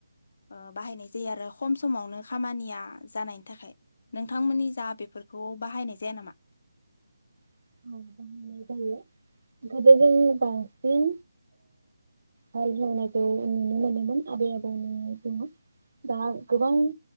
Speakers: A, on the left; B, on the right.
A: ओ बाहायनाय जायो आरो खम समावनो खामानिया जानायनि थाखाय। नोंथांमोननि जा बेफोरखौ बाहायनाय जाया नामा?
B: औ बाहायनाय जायो। ओंखायनो जों बांसिन हाल एवनायखौ नुनो मोनोमोन। आबै आबौनि दिनाव दा गोबां